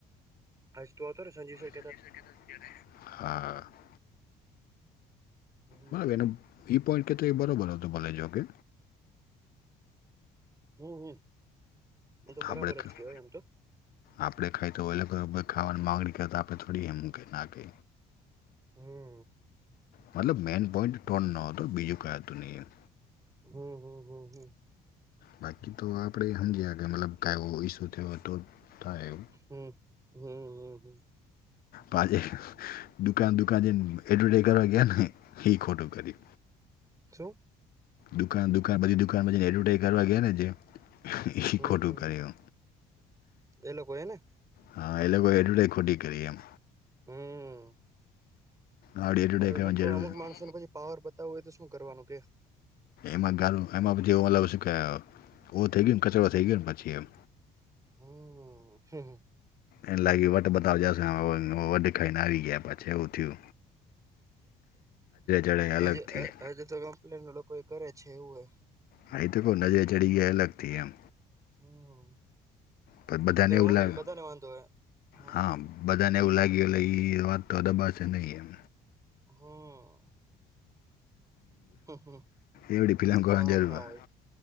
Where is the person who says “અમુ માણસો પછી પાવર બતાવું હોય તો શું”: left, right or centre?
Right